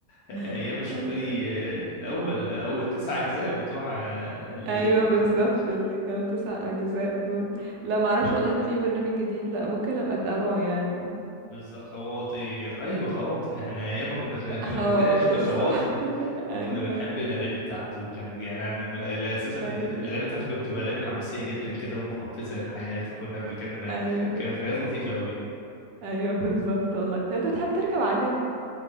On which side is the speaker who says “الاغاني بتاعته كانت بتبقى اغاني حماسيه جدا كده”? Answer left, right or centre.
Left